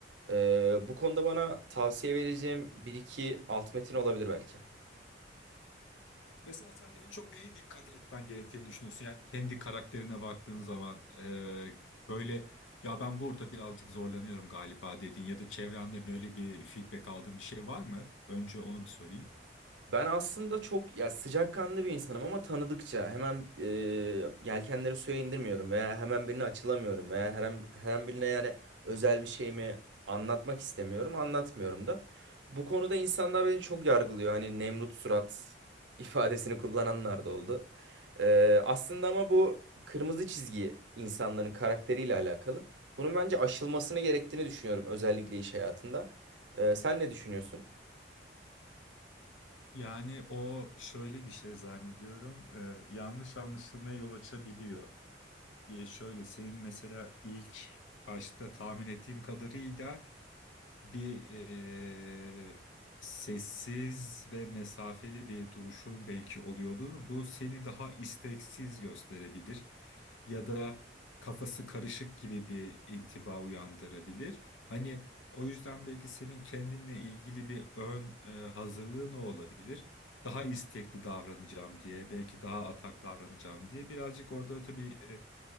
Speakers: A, on the right; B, on the left.
A: Ee, bu konuda bana tavsiye vereceğim bir iki alt metin olabilir belki.
B: Mesela sen en çok neye dikkat etmen gerektiğini düşünüyorsun? Yani kendi karakterine baktığın zaman e, böyle ya ben burada birazcık zorlanıyorum galiba dediğin ya da çevrenden öyle bir feedback aldığın bir şey var mı? Önce onu bir sorayım.
A: Ben aslında çok ya sıcakkanlı bir insanım ama tanıdıkça hemen e, yelkenleri suya indirmiyorum veya hemen birine açılamıyorum veya her an, her an birine yani özel bir şeyimi anlatmak istemiyorum, anlatmıyorum da. Bu konuda insanlar beni çok yargılıyor. Hani Nemrut surat <laughs> ifadesini kullananlar da oldu. E, aslında ama bu kırmızı çizgi insanların karakteriyle alakalı. Bunun bence aşılmasını gerektiğini düşünüyorum özellikle iş hayatında. E, sen ne düşünüyorsun?
B: Yani o şöyle bir şey zannediyorum e, yanlış anlaşılmaya yol açabiliyor. E, şöyle senin mesela ilk başta tahmin ettiğim kadarıyla bir eee, sessiz ve mesafeli bir duruşun belki oluyordur. Bu seni daha isteksiz gösterebilir ya da kafası karışık gibi bir intiba uyandırabilir. Hani o yüzden belki senin kendinle ilgili bir ön e, hazırlığı ne olabilir? Daha istekli davranacağım diye, belki daha atak davranacağım diye birazcık orada tabii e,